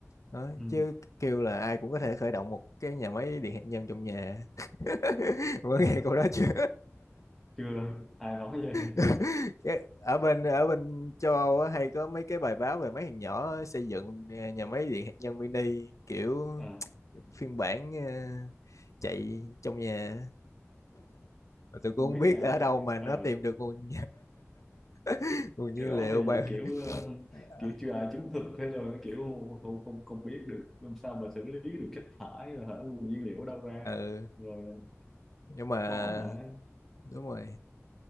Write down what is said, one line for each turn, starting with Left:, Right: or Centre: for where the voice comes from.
Left: đó
Centre: ừ,
Left: chứ kêu là ai cũng có thể khởi động một cái nhà máy điện hạt nhân trong nhà <laughs> có
Centre: ờ,
Left: nghe câu đó chưa
Centre: chưa ai nói vậy
Left: <laughs> Cái- ở bên ở bên châu Âu á, hay có mấy cái bài báo về mấy thằng nhỏ xây dựng à, nhà máy điện hạt nhân mini kiểu
Centre: Ờ,
Left: phiên bản à, chạy trong nhà Mà tôi cũng
Centre: không
Left: không
Centre: biết
Left: biết
Centre: nhà
Left: ở
Centre: cái
Left: đâu mà nó
Centre: ờ
Left: tìm được nguồn <laughs> nguồn nhiên
Centre: cái đó
Left: liệu
Centre: thì
Left: bài
Centre: kiểu ờ,
Left: Ờ,
Centre: kiểu chưa ai chứng thực thế rồi kiểu không không không biết được làm sao mà xử lý được chất thải rồi hả nguồn nhiên liệu ở đâu ra
Left: ừ
Centre: rồi
Left: nhưng mà
Centre: khó mà
Left: đúng rồi